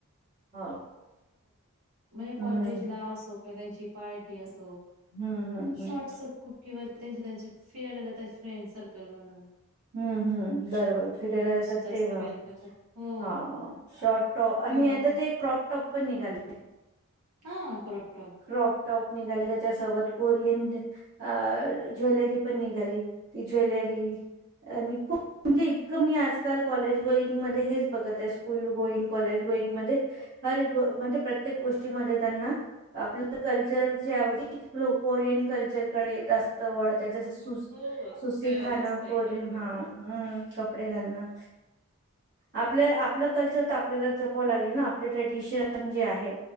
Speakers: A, on the right; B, on the right.
A: हो.
B: कॉलेज
A: हं.
B: ला असो किवा त्यांची पार्ट. <unintelligible>
A: हं, हं,
B: शॉर्टसच
A: हं.
B: <unintelligible> त्यांच्या त्यांच्या फिरायला जातात फ्रेंड सर्कल म्हणून.
A: हम्म हम्म बरबर फिरायला जातात
B: जास्त
A: तेव्हा
B: वेअर
A: हे,
B: करतात हो
A: शॉर्ट टॉप
B: तेव्हा
A: आणि
B: मग
A: आता ते क्रॉप टॉप पण निघाले. <unintelligible>
B: हा क्रॉप टॉप.
A: क्रॉप टॉप निघाले त्याच्यासोबत कोरियन अ ज्वेलरी पण निघाली ती ज्वेलरी. खूप म्हणजे इतकं मी आजकाल कॉलेज गोईंग मध्ये हेच बघत आहे. स्कूल गोईंग कॉलेज गोईंगमध्ये, हर ग म्हणजे प्रत्येक गोष्टीमध्ये त्यांना. आपलं कल्चर, च्या येवजी कोरियन कल्चर. <unintelligible>
B: हो त्याला जास्त हे
A: कोरीयन
B: करता
A: हा
B: येतं.
A: कपडे घाल ना. आपलं आपलं कल्चर तर आपल्याला जपावं लागेल ना आपले ट्रेडिशन जे आहे